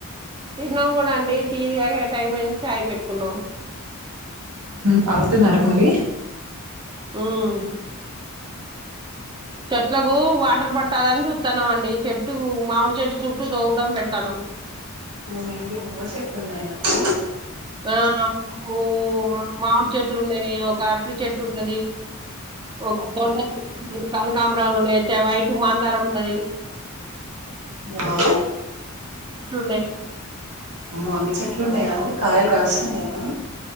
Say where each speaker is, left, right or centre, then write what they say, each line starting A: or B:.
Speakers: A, on the right; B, on the right.
A: తిన్నాం కూడా అండి టీ తాగే టైం అయ్యింది చాయ్ పెట్టుకున్నాం
B: తాగుతున్నారా మరి
A: ఉమ్ చెట్లకు వాటర్ పట్ టాలని చూస్తాన్నాం అండి చెట్టు మామిడి చెట్టు చుట్టూ తొవటం పెడతానం
B: మీ ఇంట్లో మామిడి చెట్లు ఉన్నాయండి
A: ఆ మాకు రెండు మామిడి చెట్లు ఉన్నాయి ఒక అరటి చెట్టు ఉంటది ఒక దొండా చెట్టు కనకంబరాలు ఉన్న వైట్ మాందారం ఉంటది
B: ఆ
A: చెట్లు ఉన్నాయి
B: అమ్మో అన్ని చెట్లు ఉన్నయా అండి కాయలు కాస్తున్నాయనా